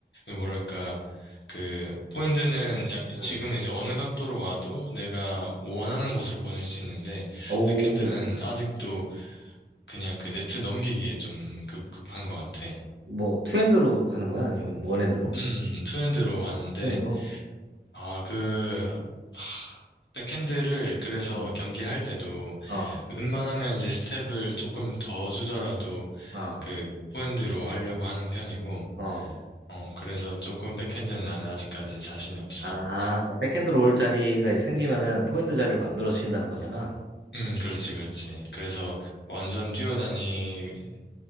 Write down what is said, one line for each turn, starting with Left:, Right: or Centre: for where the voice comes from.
Left: 뭐랄까, 그, 포핸드는 야- 지금
Right: 응.
Left: 이제 어느 각도로 와도 내가 원하는 곳으로 보낼 수 있는데,
Right: 오,
Left: 백핸드는 아직도 그냥 그 네트 넘기기에 좀 급, 급한 것 같아.
Right: 뭐 투핸드로 하는 거야? 아니면 원핸드로?
Left: 음, 투핸드로 하는데,
Right: 투핸드로?
Left: 아, 그, 하, 백핸드를 그래서
Right: 응.
Left: 경기할 때도
Right: 어,
Left: 웬만하면 이제 스텝을 조금 더 주더라도
Right: 어,
Left: 그 포핸드로 하려고 하는 편이고,
Right: 어.
Left: 어, 그래서 조금 백핸드는 나는 아직까지 자신이 없어.
Right: 아, 그냥 백핸드로 올 자리가 생기면은 포핸드 자리를 만들어 주신다는 거잖아.
Left: 음, 그렇지, 그렇지. 그래서 완전 뛰어다니,